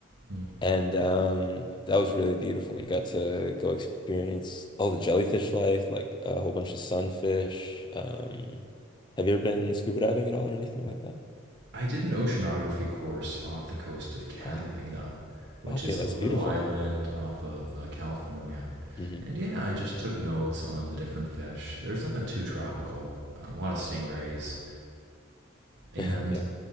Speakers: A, on the right (about 55°); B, on the left (about 20°).
A: hmm,
B: And um, that was really beautiful. We got to go experience all the jellyfish life, like a whole bunch of sunfish. Um, have you ever been scuba diving at all or anything like that?
A: I did an oceanography course off the coast of Catalina,
B: Oh,
A: which
B: okay,
A: is
B: that's
A: a little
B: beautiful.
A: island off of uh, California.
B: hmm
A: And yeah, I just took notes on the different fish. There's nothing too tropical. Um, a lot of stingrays, and
B: <laughs> Yeah.